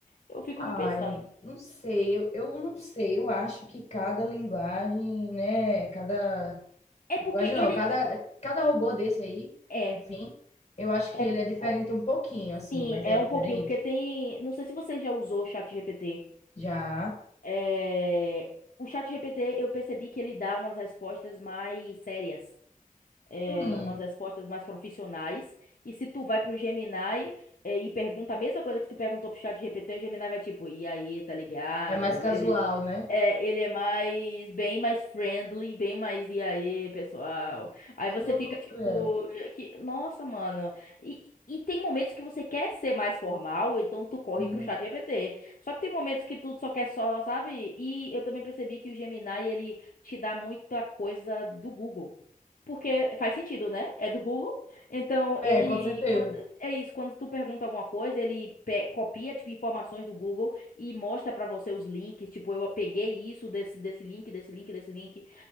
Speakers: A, on the left; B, on the left.
A: Eu fico
B: Ai,
A: me pensando.
B: não sei, eu, eu não sei, eu acho que cada linguagem, né, cada,
A: É
B: linguagem
A: porque ele.
B: não, cada, cada robô desse aí,
A: É,
B: enfim, eu acho
A: é.
B: que ele é diferente
A: pô,
B: um pouquinho, assim,
A: Sim,
B: mas
A: é
B: é diferente.
A: um pouquinho, porque tem. Não sei se você já usou o ChatGPT.
B: Já.
A: É, O chat GPT eu percebi que ele dá umas respostas mais sérias eh,
B: Hum,
A: umas respostas mais profissionais. E se tu vai pro Gemini, eh, e pergunta a mesma coisa que tu perguntou pro chat GPT, o Gemini vai tipo, e aí, tá ligado?
B: É mais casual,
A: Ele
B: né?
A: é, ele é mais, bem mais friendly, bem mais, e aí, pessoal? Aí
B: Que
A: você
B: loucura.
A: fica tipo, que, nossa, mano. E, e tem momentos que você quer ser mais formal, então tu corre
B: Uhum.
A: pro chat GPT. Só que tem momentos que tu só quer só, sabe? E eu também percebi que o Gemini, ele te dá muita coisa do Google. Porque faz sentido, né? É do Google. Então,
B: É,
A: ele.
B: com certeza.
A: quando- é isso, quando tu pergunta alguma coisa, ele pe- copia, tipo, informações do Google e mostra pra você os links. Tipo, eu peguei isso desse, desse link, desse link, desse link.